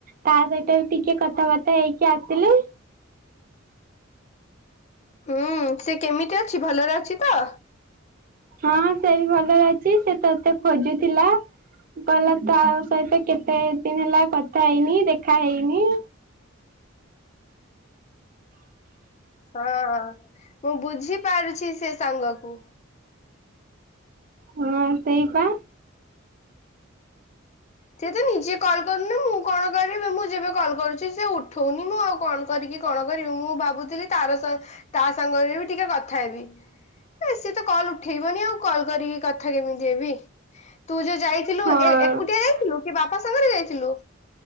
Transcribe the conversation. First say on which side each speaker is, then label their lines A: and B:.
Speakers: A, on the right; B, on the left.
A: ତା ସହିତ ଟିକେ କଥାବାର୍ତ୍ତା ହେଇକି ଆସିଲୁ।
B: ହୁଁ ସେ କେମିତି ଅଛି ଭଲରେ ଅଛି ତ?
A: ହଁ ସେ ବି ଭଲରେ ଅଛି ସେ ତତେ ଖୋଜୁଥିଲା। କହିଲା ତା ସହିତ କେତେ ଦିନ ହେଲା କଥା ହେଇନି ଦେଖା ହେଇନି।
B: ହଁ। ମୁଁ ବୁଝିପାରୁଛି ସେ ସାଙ୍ଗକୁ।
A: ହଁ ସେଇପା।
B: ସିଏ ତ ନିଜେ କଲ୍ କରୁନ ମୁଁ କଣ କରିବି ମୁଁ ଯେବେ କଲ୍ କରୁଛି ସେ ଉଠଉନି ମୁଁ ଆଉ କଣ କରିକି କଣ କରିବି ମୁଁ ଭାବୁଥିଲି ତାର ତା ସାଙ୍ଗରେ ବି ଟିକେ କଥା ହେବି। ସିଏ ତ କଲ ଉଠେଇବନି ଆଉ କଲ କରିକି କଥା କେମିତି ହେବି ତୁ ଯୋଉ ଯାଇ ଥିଲୁ
A: ହଁ
B: ଏ ଏକୁଟିଆ ଯାଇଥିଲୁ କି ବାପା ସାଙ୍ଗରେ ଯାଇଥିଲୁ?